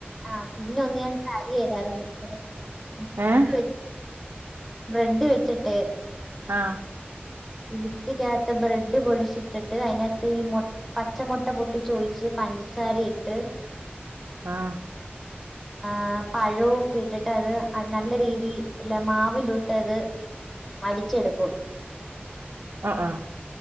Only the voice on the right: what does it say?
ഏഹ്
ആഹ്
ആഹ്
ആഹ് ആഹ്